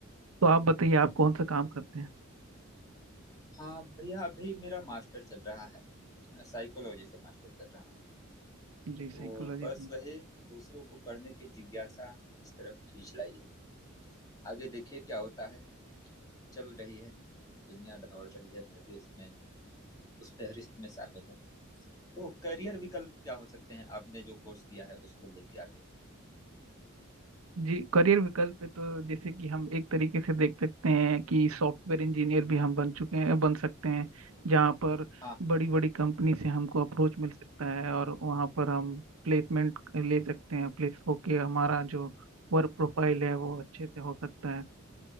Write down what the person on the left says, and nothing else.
हाँ भैया अभी मेरा मास्टर चल रहा है साइकोलॉजी से मास्टर कर रहा हूँ
तो
बस वही दूसरों को पढ़ने की जिज्ञासा इस तरफ खींच लाई है आगे देखिए क्या होता है चल रही है दुनिया दौड़ रही है मैं भी उसमें उस फहरिस्त में शामिल हूँ तो करियर विकल्प क्या हो सकते हैं आपने जो कोर्स किया है उसको लेके आगे
हाँ